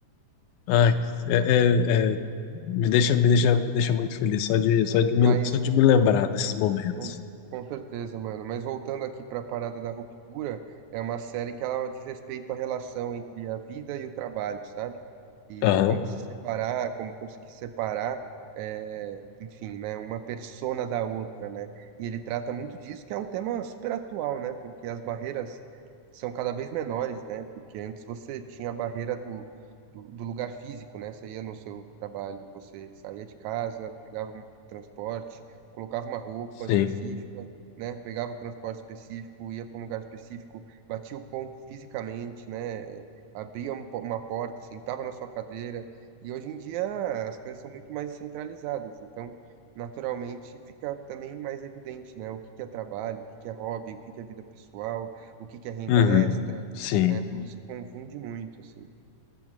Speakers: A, on the left; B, on the right.
A: Ai, é, é- é- me deixa, me deixa, me deixa muito feliz só de, só de me,
B: Mas
A: só de me lembrar desses momentos.
B: Bom, com certeza, mano. Mas voltando aqui pra parada da ruptura, é uma série que ela diz respeito à relação entre a vida e o trabalho, sabe? E
A: Aham,
B: como se separar, como conseguir separar, é, enfim, né, uma persona da outra, né? E ele trata muito disso, que é um tema super atual, né? Porque as barreiras são cada vez menores, né? Porque antes você tinha a barreira do, do, do lugar físico, né? Você ia no seu trabalho, você saía de casa, pegava um transporte colocava uma roupa
A: sim.
B: específica, né? Pegava o transporte específico, ia para um lugar específico, batia o ponto fisicamente, né? Abria um po- uma porta, sentava na sua cadeira. E hoje em dia as coisas são muito mais centralizadas, então naturalmente fica também mais evidente, né? O que que é trabalho, o que que é hobby, o que que é vida pessoal, o que que é renda
A: Uhum,
B: extra,
A: sim.
B: né? Tudo se confunde muito, assim.